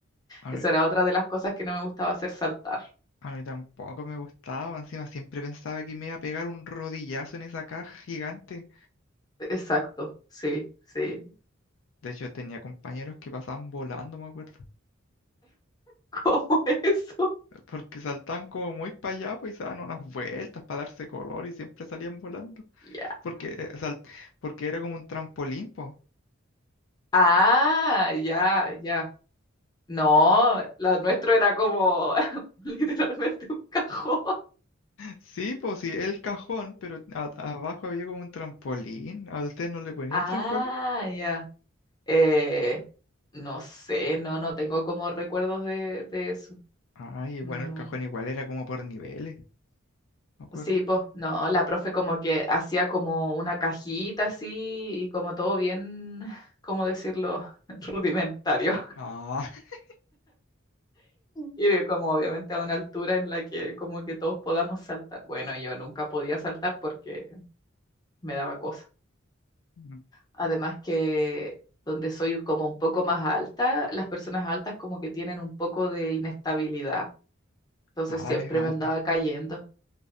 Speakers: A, on the left; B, on the left.
A: A
B: Esa
A: mí,
B: era otra de las cosas que no me gustaba hacer saltar.
A: a mí tampoco me gustaba. Encima siempre pensaba que me iba a pegar un rodillazo en esa caja gigante.
B: Exacto, sí, sí. <laughs>
A: De hecho, tenía compañeros que pasaban volando, me acuerdo.
B: ¿Cómo eso?
A: <laughs> Porque saltaban como muy para allá, pues y se daban unas vueltas para darse color y siempre salían volando.
B: Ya.
A: Porque, eh, sal- porque era como un trampolín, po.
B: Ah, ya, ya. No, lo nuestro era como <laughs> literalmente un cajón.
A: Sí, pues sí, el cajón, pero a- abajo había como un trampolín. ¿A ustedes no le ponían
B: Ah,
A: trampolín?
B: ya. Eh, no sé, no, no tengo como recuerdos de, de eso.
A: Ay, bueno,
B: No.
A: el cajón igual era como por niveles, me acuerdo.
B: Sí, pues, no, la profe como que hacía como una cajita así y como todo bien, ¿cómo decirlo? <laughs> Rudimentario.
A: Ah, <laughs>
B: Y de como obviamente a una altura en la que como que todos podamos saltar. Bueno, yo nunca podía saltar porque me daba cosa.
A: Mm.
B: Además que donde soy como un poco más alta, las personas altas como que tienen un poco de inestabilidad. Entonces
A: Ah,
B: siempre
A: eres alta.
B: me andaba cayendo.